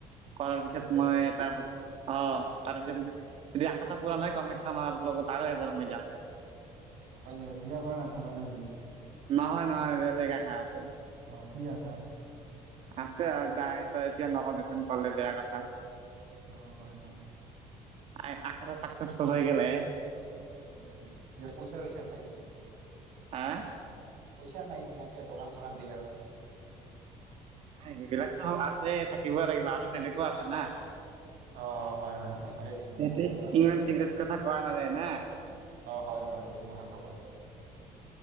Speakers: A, on the right (about 50°); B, on the right (about 85°).
A: কৰাৰ পিছত
B: অ হয়
A: মই
B: নেকি
A: এটা বচ অ তাৰপিছত যদি আশাটা পূৰাণ হয় কামাখ্যা মাৰ লগত আৰু এবাৰ মই যাম।
B: নায় নেকি বিয়া কৰা আশা বা নেকি?
A: নহয় নহয় বেলেগ আশা আছে।
B: অ কি আশা?
A: আছে আৰু তাই তই এতিয়া নকও দেচোন কলে বেয়া কথা।
B: অ হয় হয়।
A: এ আশাটা চাকচেচফুল হৈ গেলে,
B: উ উ এ পইচা চইচাৰ নাকি?
A: হা
B: পইচা নাই নাকি দোকান চোকান দি আৰু,
A: আ সেইবিলাকতো আছে থাকিবই লাগিব আৰু বেলেগো আছে না।
B: অ হয় হয় আশা থাকে কিছুমান
A: সেইটো
B: বহুত মানুহৰ আশা
A: ইমান
B: থাকে
A: চিক্ৰেট
B: অ,
A: কথা কোৱা নাযায় না
B: অ হয় হয় এইটো কথাটো হয় অ,